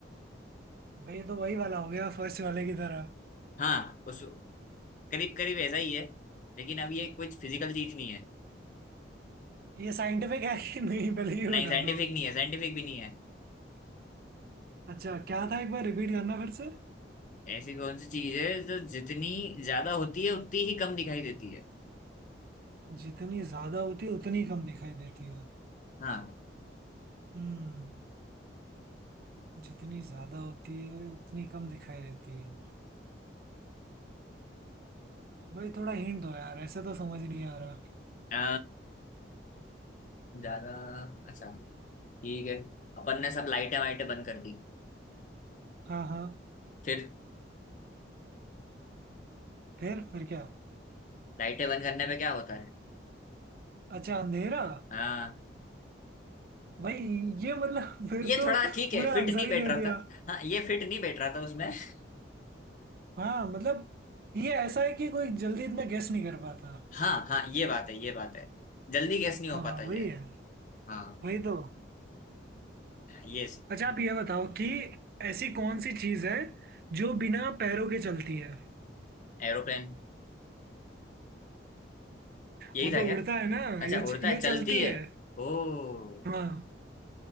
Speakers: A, on the right; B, on the left.
A: भाई ये तो वही वाला हो गया फर्स्ट वाले की तरह
B: हाँ उस करीब करीब ऐसा ही है लेकिन अब ये कुछ फिजिकल चीज नहीं है
A: ये साइंटिफिक है कि नहीं पहले ये
B: नहीं
A: बता
B: साइंटिफिक
A: दो
B: नहीं है साइंटिफिक भी नहीं है
A: अच्छा क्या था एक बार रिपीट करना फिर से
B: ऐसी कौन सी चीज है जो जितनी ज्यादा होती है उतनी ही कम दिखाई देती है
A: जितनी ज्यादा होती है उतनी कम दिखाई देती है
B: हाँ
A: हम्म जितनी ज्यादा होती है उतनी कम दिखाई देती है भाई थोड़ा हिंट दो यार ऐसे तो समझ नहीं आ रहा
B: अ, ज्यादा अच्छा ठीक है अपन ने सब लाइटें वाइटें बंद कर दी
A: हाँ हाँ
B: फिर
A: फिर फिर क्या
B: लाइटें बंद करने पे क्या होता है
A: अच्छा अंधेरा
B: हाँ
A: भाई ये मतलब <laughs> फिर
B: ये
A: तो
B: थोड़ा ठीक
A: पूरा
B: है फिट
A: आंसर
B: नहीं बैठ
A: ही दे
B: रहा
A: दिया
B: था हाँ ये फिट नहीं बैठ रहा था उसमें <laughs>
A: हाँ मतलब ये ऐसा है कि कोई जल्दी इतना गेस नहीं कर पाता
B: हाँ हाँ ये बात है ये बात है जल्दी गैस नहीं हो
A: हाँ
B: पाता ये
A: वही है
B: हाँ
A: वही तो
B: ये
A: अच्छा आप ये बताओ कि ऐसी कौन सी चीज है जो बिना पैरों के चलती है <laughs>
B: एरोप्लेन यही
A: वो
B: था
A: तो
B: क्या
A: उड़ता है ना
B: अच्छा
A: ये
B: उड़ता
A: ये
B: है चलती
A: चलती
B: है
A: है
B: ओ
A: हाँ